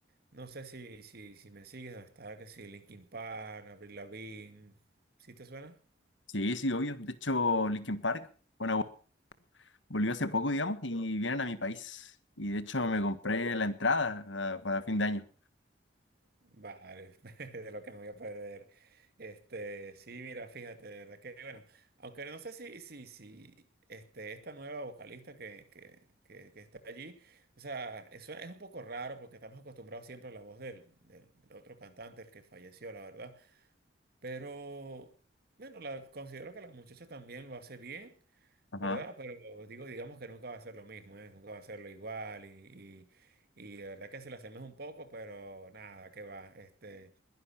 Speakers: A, on the right; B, on the left.
A: No sé si, si, si me sigues, está que si Linkin Park, Avril Lavigne, ¿sí te suena?
B: Sí, sí, obvio. De hecho, Linkin Park, bueno, volvió hace poco, digamos, y vienen a mi país. Y de hecho me compré la entrada ah, para fin de año.
A: Vale, <laughs> de lo que me voy a perder. Este, sí, mira, fíjate, de verdad que, bueno, aunque no sé si, si, si, este, esta nueva vocalista que, que, que, que está allí, o sea, eso es un poco raro porque estamos acostumbrados siempre a la voz del, del, del otro cantante, el que falleció, la verdad. Pero, bueno, la, considero que la muchacha también lo hace bien,
B: Ajá,
A: ¿verdad? Pero digo, digamos que nunca va a ser lo mismo, ¿eh? Nunca va a ser lo igual y y- y de verdad que se la asemeja un poco, pero nada, que va. Este,